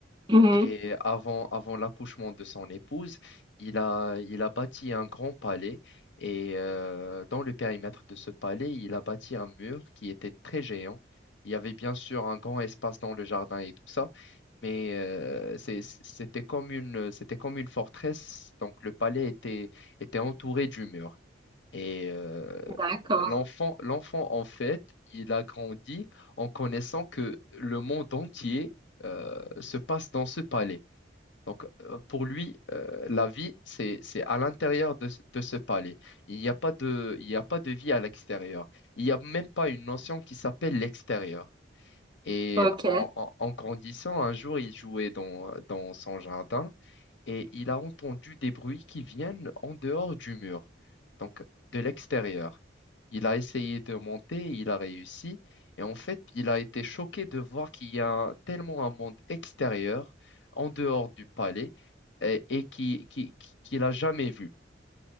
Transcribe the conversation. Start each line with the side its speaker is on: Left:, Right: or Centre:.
Right: Mhm.
Left: Et avant, avant l'accouchement de son épouse, il a, il a bâti un grand palais. Et euh, dans le périmètre de ce palais, il a bâti un mur qui était très géant. Il y avait bien sûr un grand espace dans le jardin et tout ça, mais euh, c'est- c'était comme une, c'était comme une forteresse. Donc le palais était, était entouré du mur. Et euh,
Right: D'accord.
Left: l'enfant, l'enfant, en fait, il a grandi en connaissant que le monde entier euh, se passe dans ce palais. Donc, euh, pour lui, euh, la vie, c'est, c'est à l'intérieur de, ce de ce palais. Il n'y a pas de, il n'y a pas de vie à l'extérieur. Il n'y a même pas une notion qui s'appelle l'extérieur. Et
Right: Ok.
Left: en, en- en grandissant, un jour, il jouait dans, dans son jardin et il a entendu des bruits qui viennent en dehors du mur, donc de l'extérieur. Il a essayé de monter, il a réussi, et en fait, il a été choqué de voir qu'il y a tellement un monde extérieur, en dehors du palais, et, et qui, qui- qui- qu'il n'a jamais vu.